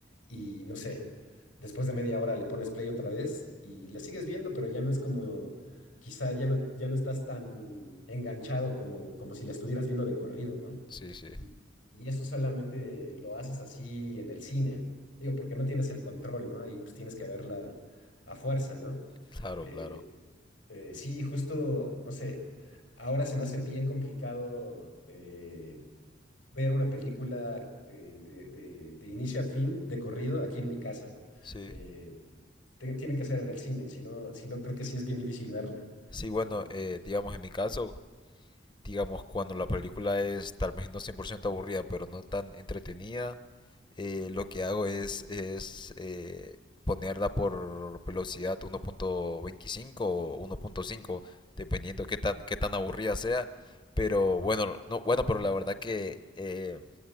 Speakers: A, on the left (about 85°); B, on the left (about 25°).
A: y no sé. Después de media hora le pones play otra vez y le sigues viendo, pero ya no es como, quizá ya no, ya no estás tan enganchado como, como si la estuvieras viendo de corrido, ¿no?
B: sí, sí,
A: Y, y eso solamente lo haces así en el cine, digo, porque no tienes el control, ¿no? Ahí pues tienes que verla a fuerza, ¿no?
B: claro,
A: Eh,
B: claro.
A: eh, sí, justo, no sé, ahora se me hace bien complicado eh, ver una película eh, de, de- de inicio a fin, de corrido, aquí en mi casa.
B: Sí.
A: Eh, te- tiene que ser en el cine, si no, si no creo que sí es bien difícil verla.
B: Sí, bueno,
A: Eh,
B: eh, digamos en mi caso, digamos cuando la película es tal vez no 100% aburrida, pero no tan entretenida, eh, lo que hago es, es eh, ponerla por velocidad uno punto veinticinco o 1.5, dependiendo qué tan, qué tan aburrida sea. Pero bueno, no, bueno, pero la verdad que eh,